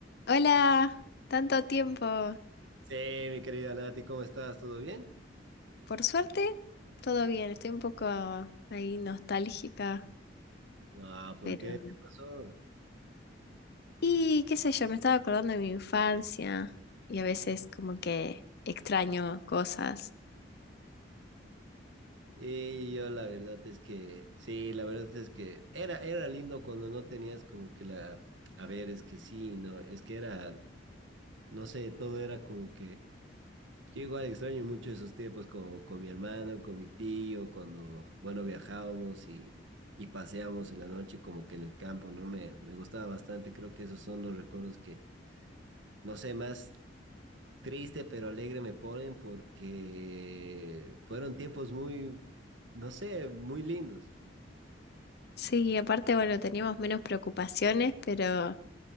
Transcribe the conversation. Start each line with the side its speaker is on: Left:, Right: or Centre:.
Left: Hola, tanto tiempo.
Right: Sí, mi querida Nati, ¿cómo estás? ¿Todo bien?
Left: Por suerte, todo bien. Estoy un poco ahí nostálgica,
Right: Ah, ¿por
Left: pero...
Right: qué? ¿Qué pasó?
Left: Y qué sé yo, me estaba acordando de mi infancia y a veces como que extraño cosas.
Right: Y yo la verdad es que, sí, la verdad es que era, era lindo cuando no tenías como que la, a ver, es que sí, no, es que era, no sé, todo era como que, yo igual extraño mucho esos tiempos como con mi hermano, con mi tío, cuando, bueno, viajábamos y, y paseábamos en la noche como que en el campo, ¿no? Me, me gustaba bastante, creo que esos son los recuerdos que, no sé, más triste pero alegre me ponen porque fueron tiempos muy, no sé, muy lindos.
Left: Sí, aparte, bueno, teníamos menos preocupaciones, pero